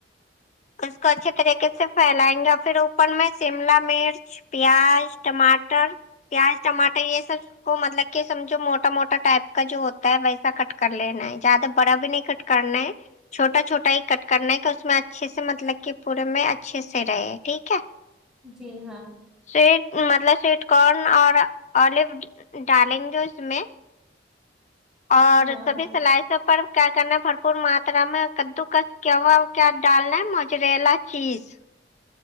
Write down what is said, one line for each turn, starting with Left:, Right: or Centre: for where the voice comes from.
Left: اس کو اچھے طریقے سے پھیلائیں گے پھر اوپر میں شملہ مرچ پیاز ٹماٹر پیاز ٹماٹر یہ سب کو مطلب کہ سمجھو موٹا موٹا ٹائپ کا جو ہوتا ہے ویسا کٹ کر لینا ہے زیادہ بڑا بھی نہیں کٹ کرنے چھوٹا چھوٹا ہی کٹ کرنے کہ اس میں اچھے سے مطلب کہ پورے میں اچھے سے رہے ٹھیک ہے
Centre: جی ہاں
Left: سویٹ مطلب سویٹ کارن اور اولیو ڈالیں گے اس میں اور
Centre: ہاں
Left: سبھی
Centre: ہاں
Left: سلائیسوں پر کیا کرنا بھرپور ماترا میں کدوکس کیا ہوا ڈالنا موجریلا چیز